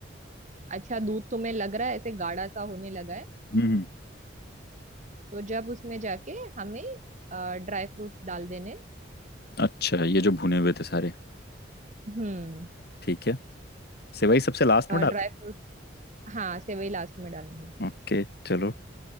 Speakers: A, on the right; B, on the left.
A: अच्छा दूध तुम्हें लग रहा है ऐसे गाढ़ा सा होने लगा है
B: हम्म
A: तो जब उसमें जाके हमें ड्राई फ्रूट्स डाल देने
B: अच्छा ये जो भुने हुए थे सारे
A: हम्म
B: ठीक है सेवई सबसे लास्ट में डाल
A: ड्राई फ्रूट हाँ सेवई लास्ट में डालेंगे
B: ओके चलो